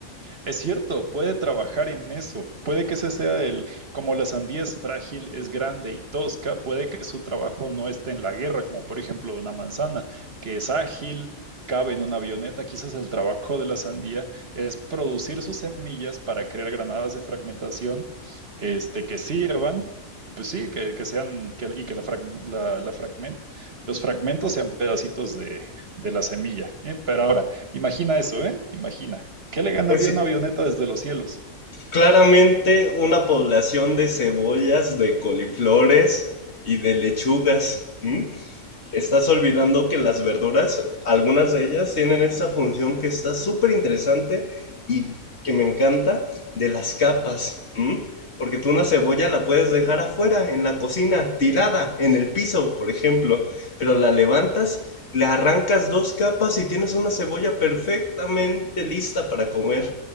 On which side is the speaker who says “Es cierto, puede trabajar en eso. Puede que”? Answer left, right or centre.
Right